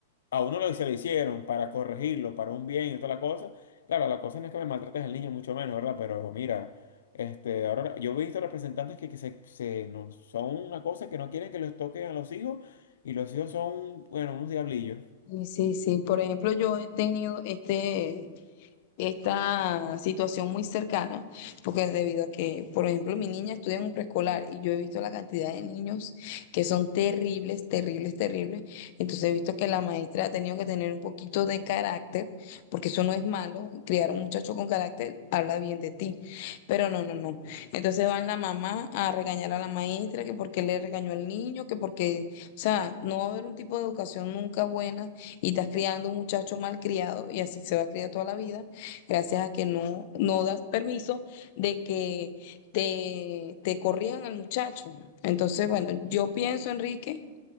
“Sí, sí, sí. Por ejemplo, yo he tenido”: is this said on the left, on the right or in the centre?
Left